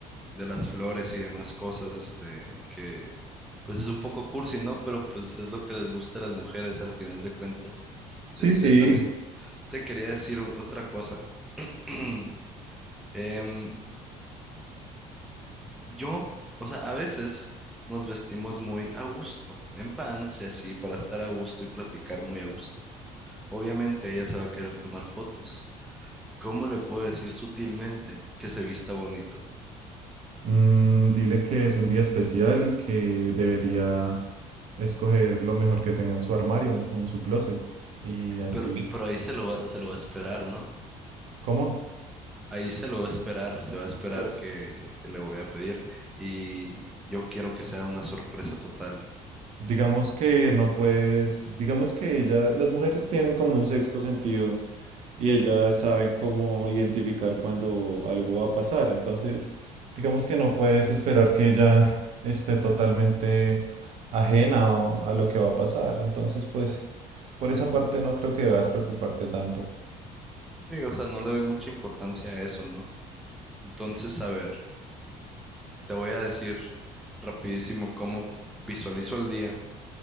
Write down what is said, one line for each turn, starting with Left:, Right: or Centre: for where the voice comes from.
Centre: de las flores y demás cosas, este, que pues es un poco cursi, ¿no? Pero pues es lo que les gusta a las mujeres al final de cuentas. Este,
Right: Sí sí.
Centre: también te quería decir o- otra cosa. <clears throat> Em, yo, o sea, a veces nos vestimos muy a gusto, en pants y así, para estar a gusto y platicar muy a gusto. Obviamente ella se va a querer tomar fotos. ¿Cómo le puedo decir sutilmente que se vista bonito?
Right: Mm, dile que es un día especial y que debería escoger lo mejor que tenga en su armario o en su closet. Y así.
Centre: Pero, pero ahí se lo va, se lo va a esperar, ¿no?
Right: ¿Cómo?
Centre: Ahí se lo va a esperar, se va a esperar
Right: Pues
Centre: que, que le voy a pedir. Y yo quiero que sea una sorpresa total.
Right: Digamos que no puedes, digamos que ella, las mujeres tienen como un sexto sentido. y ellas saben cómo identificar cuando algo va a pasar. Entonces, digamos que no puedes esperar que ella esté totalmente ajena o- a lo que va a pasar. Entonces, pues, por esa parte no creo que debas preocuparte tanto.
Centre: Sí, o sea, no le doy mucha importancia a eso, ¿no? Entonces, a ver, te voy a decir rapidísimo cómo visualizo el día